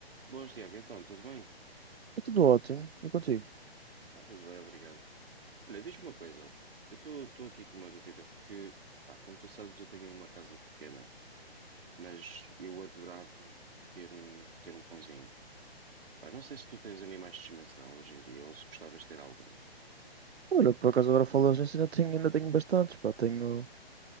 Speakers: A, on the right; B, on the right.
A: Boas, Tiago. Então, tudo bem?
B: Está tudo ótimo. E contigo?
A: Está tudo bem, obrigado. Olha, diz-me uma coisa. Eu estou aqui com uma dúvida, porque, pá, como tu sabes, eu tenho uma casa pequena, mas eu adorava ter um, ter um cãozinho. Pá, não sei se tu tens animais de estimação hoje em dia, ou se gostavas de ter algum.
B: Olha, por acaso agora falas nisso, ainda tenho, ainda tenho bastantes, pá. Tenho,